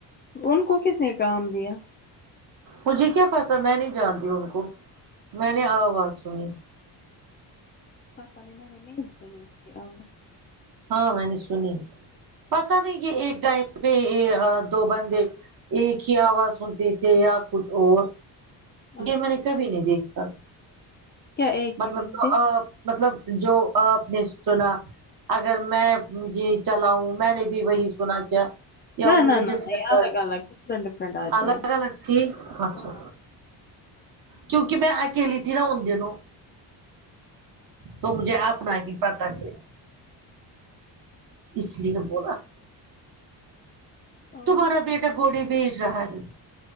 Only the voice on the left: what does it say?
ان کو کس نے کام دیا
پاتانے ن سو اسکے ا
اچھا
کیا ایک
ہی بندے
نہ
نہ نہ
یہ
الگ الگ ڈفرنٹ ڈفرنٹ آتے
ہیں
ہاں
اور